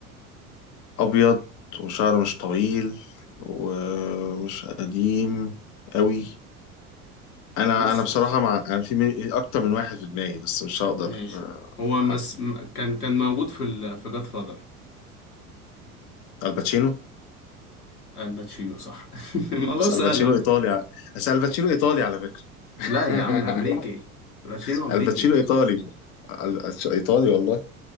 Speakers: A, on the left (about 40°); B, on the left (about 80°).
A: ابيض وشعر مش طويل ومش قديم قوي انا
B: بص
A: انا بصراحة
B: بص
A: مع انا في مي- اكتر من واحد في دماغي بس مش هقدر
B: ماشي
A: آه،
B: هو
A: حد
B: مس... م- كان كان موجود في ال... في جاد فادر
A: الباتشينو
B: الباتشينو صح <laughs> الموضوع
A: بس
B: سهل
A: الباتشينو
B: أهو.
A: ايطالي ع- بس الباتشينو ايطالي على فكره <laughs>
B: لا يا عم امريكي الباتشينو امريكي
A: الباتشينو ايطالي ال- ايطالي والله